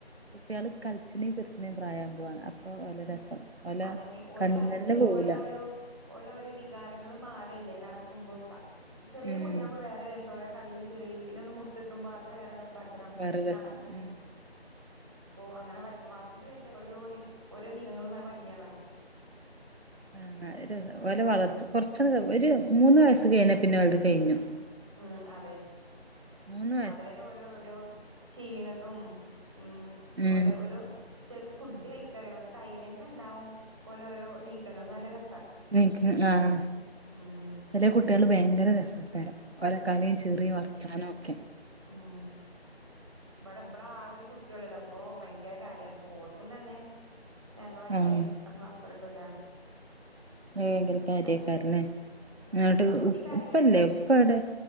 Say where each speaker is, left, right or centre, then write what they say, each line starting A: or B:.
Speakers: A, on the right; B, on the right.
A: കുട്ടികൾ കളിച്ചിനേും ചെറുച്ചിനേും പ്രായം പോവാണ് അപ്പോഴ വല രസം ഓലെ
B: അതന്നെ ഓരോ
A: കണ്ണ്ന്നന്നെ
B: വയസ്സൽ
A: പോവൂല
B: ഓലോ ഓരോ ഓലോ ഓരോ വികാരങ്ങളും മാറി ല്ലേ നടക്കുമ്പോക്ക ചെറിയ
A: ഉം
B: കുട്ടിയകുമ്പോ വേറെ രസല കളി ചിരി പിന്നെ ഒന്ന് മുട്ടെത്തുമ്പോ അത് വേറെ രസ കരം
A: വേറെ രസം
B: നടക്കും
A: ഉം
B: അ അങ്ങനെ വ വളർന്ന വരുന്ന ഓരോ ഓരോ നീക്കങ്ങളും ഭംഗിയാണോ
A: ആഹ ഓല വളർച്ച കൊറച്ച ഒരു മൂന്ന് വയസ്സ് കഴിഞ്ഞ പിന്നെ ഒലത് കഴിഞ്ഞു
B: ഉം അതെ
A: മൂന്നു
B: അതുവരെ ഓരോ രോ ചെയ്യണതും ഉ
A: ഉം
B: ഓരോ ഓരോ ചിലപ്പോ ഫുഡ് കഴ സൈലന് ഉണ്ടാവും ഓലോഓരോ നീക്കങ്ങളൾ നല്ല ര
A: നക്ക് ആഹ
B: ഉം
A: ചില കുട്ടികൾ ഭയങ്കര രസകരം ഓരോ കളിയും ചിറിയും വർത്താനക്കെ
B: ആ ഹ ഇവിടെ ഇവിടെ ആകെ ഒരു കുട്ടിയള്ളല്ലോ അപ്പൊ ഭയങ്കര കാര്യാണ് ഓൾക്കു തന്നെ ഞങ്ങളൊക്കെ
A: ആഹ്
B: അത്രക്ക ഇതാണ്
A: ഭയങ്കര
B: ഉം
A: കാര്യക്കാരല്ലേ
B: അങ്ങനെ
A: അങ്ങോട്ട്
B: ഉം ഇങ്ങളെ കുട്ടി കരയോ
A: ഉപ്പല്ലേ
B: രാത്രി
A: ഉപ്പ ഇവിടെ